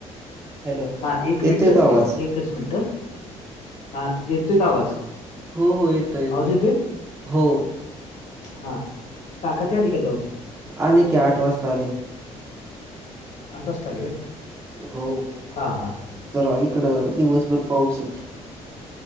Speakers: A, on the right; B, on the left.
A: हॅलो
B: हा एक
A: येतोय
B: मिनिट
A: का
B: सुदै
A: आवाज
B: एकच मिनिटं हा येतोय का आवाज
A: हो हो येतोय
B: आवाज येतोय?
A: हो
B: हा काका ति आली का जाऊन
A: आली की आठ वाजता आली.
B: आठ वाजता आली व्हय.
A: हो
B: हा हा
A: जरा इकड दिवसभर पाऊस आहे.